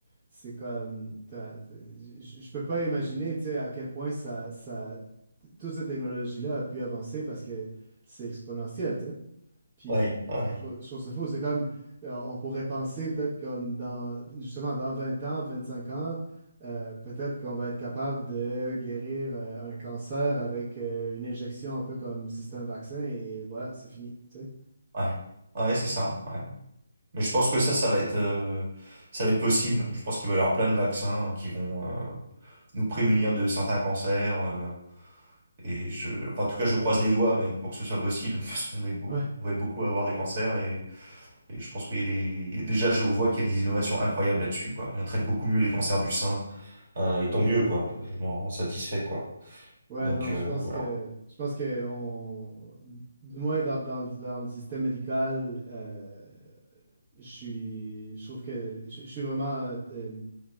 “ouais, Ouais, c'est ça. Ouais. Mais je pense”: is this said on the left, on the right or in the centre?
Right